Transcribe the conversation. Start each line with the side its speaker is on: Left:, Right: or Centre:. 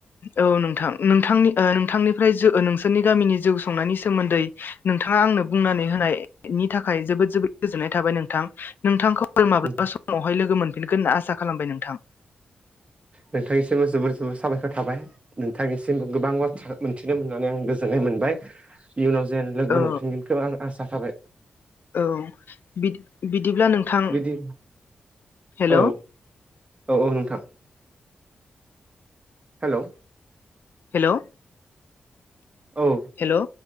Left: औ नोंथां नोंथांनि ओ नोंथांनिफ्राय नोंसोरनि गामिनि जौ संनायनि सोमोन्दै नोंथाङा आंनो बुंनानै होनायनि थाखाय जोबोद जोबोद गोजोननाय थाबाय नोंथां नोंथांखौ फोर माब्लाबा
Right: उम।
Left: समावहाय लोगो मोनफिनगोन होनना आसा खालामबाय नोंथां
Right: नोंथांनिसिमबो जोबोर जोबोर साबायखर थाबाय नों थां निसिमबो गोबां बाथ्रा मोनथिनो मोननानै आं गोजोन्नाय मोनबाय इयुनाव जेन लोगो
Left: औ
Right: मोनफिनगोनखौ आं आसा थाबाय
Left: औ बिदि बि बिदिब्ला नोंथां
Right: बिदि
Left: हेलौ
Right: औ औ औ नोंथां हेलौ
Left: हेलौ
Right: औ
Left: हेलौ